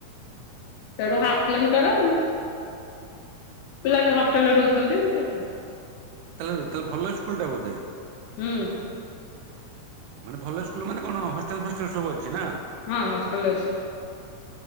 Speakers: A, on the left (about 75°); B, on the right (about 80°).
A: ସେଠୁ ହା କିଲୋମିଟର ପିଲା ବି ହଷ୍ଟେଲରେ ରହୁଛନ୍ତି।
B: ତାହଲେ ତାହେଲେ ଭଲ ସ୍କୁଲ ଟା ବୋଧେ।
A: ହୁଁ।
B: ମାନେ ଭଲ ସ୍କୁଲ ମାନେ କଣ ହଷ୍ଟାଲ ଫଷ୍ଟାଲ ସବୁ ଅଛି। ନା
A: ହଁ ହଁ ହଲଷ୍ଟେଲ ଅଛି।